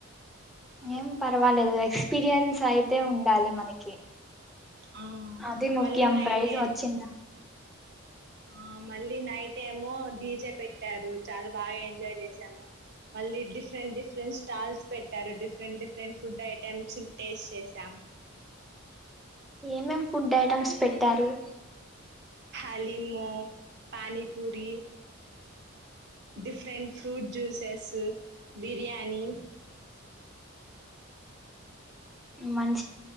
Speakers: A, in the centre; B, on the right (about 50°).
A: ఏం పర్వాలేదు ఎక్స్పీరియన్స్ అయితే ఉండాలి మనకి
B: ఆ,
A: అది ముఖ్యం
B: మళ్ళీ నైట్
A: ప్రైజు
B: ఏ-
A: వచ్చిందా
B: ఆ మళ్ళీ నైటేమో డీజే పెట్టారు చాలా బాగా ఎంజాయ్ చేసాము మళ్ళీ డిఫరెంట్ డిఫరెంట్ స్టాల్స్ పెట్టారు different different food items taste చేసాం
A: ఏమేమ్ ఫుడ్ ఐటమ్స్ పెట్టారు
B: కలీమొ pani puri different fruit juices biryani
A: మం